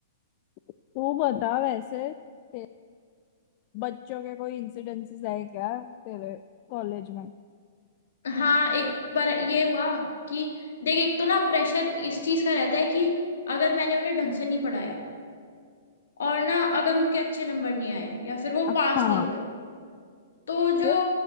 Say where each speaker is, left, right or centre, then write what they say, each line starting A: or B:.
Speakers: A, on the left (about 40°); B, on the left (about 65°).
A: तू बता वैसे ते- बच्चों के कोई इंसिडेंसेस है क्या तेरे कॉलेज में
B: हाँ एक बार ये हुआ कि देख एक तो ना प्रेशर इस चीज का रहता है कि अगर मैंने उन्हें ढंग से नहीं पढ़ाया और ना अगर उनके अच्छे नंबर नहीं आए या फिर वो
A: हाँ
B: पास नहीं हुए तो जो
A: फिर